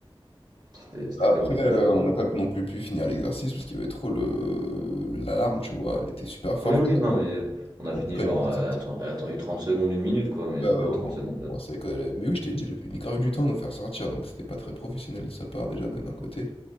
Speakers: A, on the right; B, on the left.
A: C'était c'était
B: Après,
A: quand même quelque
B: heu,
A: chose.
B: on n'a pas non plus pu finir l'exercice parce qu'il y avait trop le le l'alarme, tu vois? Elle était super forte
A: Oui, oui,
B: l'alarme.
A: non mais euh, on a fini
B: On est quand
A: genre,
B: même fait
A: euh,
B: sortir.
A: elle a atten- elle a attendu 30 secondes, une minute quoi, mais
B: bah,
A: ça
B: au
A: peut être trente
B: moins
A: secondes
B: au
A: là.
B: moins c'est quand elle la mais oui, je t'ai dit, elle avait mis grave du temps à nous faire sortir, donc c'était pas très professionnel de sa part déjà d'un d'un côté,